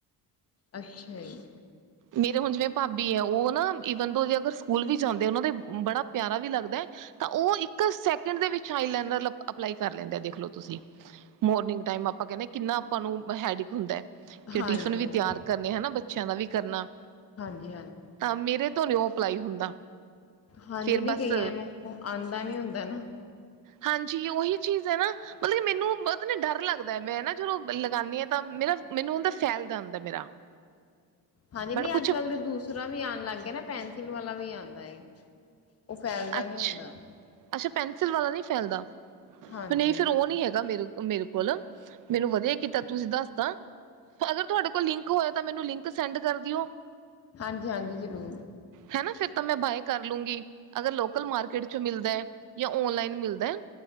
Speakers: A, on the left; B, on the right.
A: ਅੱਛਾ ਈ
B: ਮੇਰੇ ਹੁਣ ਜਿਵੇਂ ਭਾਬੀ ਐ ਓਹ ਨਾ ਈਵਨ <unintelligible> ਅਗਰ ਸ ਸਕੂਲ ਵੀ ਜਾਂਦੇ ਓਨਾਂ ਦੇ ਬੜਾ ਪਿਆਰਾ ਵੀ ਲੱਗਦੈ ਤਾਂ ਓਹ ਇੱਕ ਸੈਕਿੰਡ ਦੇ ਵਿੱਚ ਆਈਲੈਨਰ ਲਪ ਅਪਲਾਈ ਕਰ ਲੈਂ ਦੇ ਐ ਦੇਖਲੋ ਤੁਸੀ ਮੋਰਨਿੰਗ ਟਾਈਮ ਅਪਾਂ ਕੈੰਣੇ ਆਂ ਕਿੰਨਾ ਆਪਾਂ ਨੂੰ ਹੈਡਿਕ ਹੁੰਦੈ ਕਿ
A: ਹਾਂਜੀ,
B: ਟਿਫਨ ਵੀ
A: ਹਾਂਜੀ,
B: ਤਿਆਰ ਕਰਨੇ ਹਨਾ ਬੱਚਿਆਂ ਦਾ ਵੀ ਕਰਨਾ
A: ਹਾਂਜੀ,
B: ਤਾਂ ਮੇਰੇ ਤੋਂ ਨੀ ਔਫ ਪਲਾਈ ਹੁੰਦਾ
A: ਹਾਂਜੀ
B: ਫੇਰ
A: ਨਹੀਂ
B: ਬਸ
A: ਕਈਆਂ ਨੂੰ ਓਹ ਆਉਂਦਾ ਨੀ ਹੁੰਦਾ ਨਾ
B: ਹਾਂਜੀ ਯੇ ਓਹੀ ਚੀਜ਼ ਹੈ ਨਾ ਮਤਲਬ ਕਿ ਮੈਨੂੰ ਪਤਾ ਨੀ ਡਰ ਲੱਗਦੈ ਮੈਂ ਨਾ ਜਦੋਂ ਲਗਾੰਣੀ ਆ ਤਾਂ ਮੇਰਾ ਮੈਨੂੰਦਾ ਫੈਲ ਜਾਂਦੈ ਮੇਰਾ <inaudible>
A: ਹਾਂਜੀ
B: ਬਟ
A: ਨਹੀਂ
B: ਕੁਛ
A: ਅੱਜ ਕੱਲ ਤੇ ਦੂਸਰਾ ਵੀ ਆਉਣ ਲੱਗ ਗਿਆ ਨਾ ਪੈਨਸਿਲ ਵਾਲਾ ਵੀ ਆਉਂਦਾ ਏ ਉਹ ਫੈਲਦਾ
B: ਅੱਛ
A: ਨਹੀਂ ਹੁੰਦਾ
B: ਅੱਛਾ ਪੈਨਸਿਲ ਵਾਲਾ ਨਹੀਂ ਫੈਲਦਾ
A: ਹਾਂਜੀ,
B: ਨਹੀਂ ਫਿਰ ਉਹ ਨਹੀਂ ਹੈਗਾ ਮੇਰੇ ਓਹ ਮੇਰੇ ਕੋਲ ਮੈਨੂੰ ਵਧੀਆ ਕੀਤਾ ਤੁਸੀਂ ਦੱਸ ਤਾ ਅਗਰ ਤੁਹਾਡੇ ਕੋਲ ਲਿੰਕ ਹੋਏ ਤਾਂ ਮੈਨੂੰ ਲਿੰਕ ਸੈਂਡ ਕਰ ਦਿਓ
A: ਹਾਂਜੀ ਹਾਂਜੀ ਜ਼ਰੂਰ
B: ਹੈਨਾ ਫਿਰ ਤਾਂ ਮੈਂ ਬਾਏ ਕਰ ਲੂੰਗੀ ਅਗਰ ਲੋਕਲ ਮਾਰਕੀਟ ਚੋਂ ਮਿਲਦੈ ਯਾਂ ਓਨਲਾਈਨ ਮਿਲਦਾ ਏ